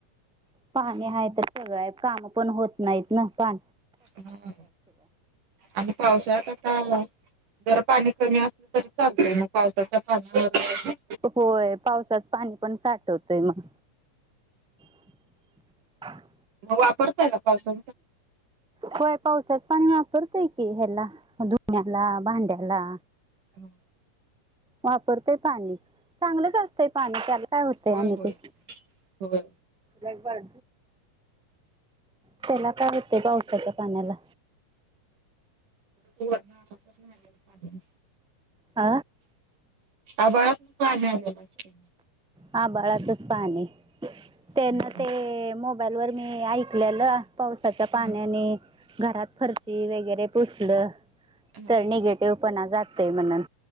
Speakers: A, in the centre; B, on the right (about 70°).
A: पाहणी हा तर सगळं आहे काम पण होत नाहीत न पा.
B: ह आणि पावसात आता. जर पाणी कमी असलं तरी चालत मग पावसाच्या पाण्यावर.
A: होय पावसात पाणी पण साठवतय मग <inaudible>
B: मग वापरताय ना पावसा
A: होय पावसात पाणी वापरतय की ह्याला धुन्याला भांड्याला
B: हम
A: वापरतेय पाणी चांगलंच असतंय पाणी त्याला काय होतंय
B: होय
A: आणि
B: होय.
A: ते
B: होय
A: पर त्याला काय होते पावसाच्या पाण्याला
B: कसंच नाही
A: आ
B: आभाळातनं पाणी आलेलं असतय.
A: हा बाळाचच पाणी
B: हम्म.
A: त्यांना ते मो मोबाल वर मी ऐकलेलं पावसाच्या पाण्याने
B: हम्म
A: घरात फर्ची वगैरे पुसलं
B: हा
A: तर निगेटिव्ह पणा जातय म्हणून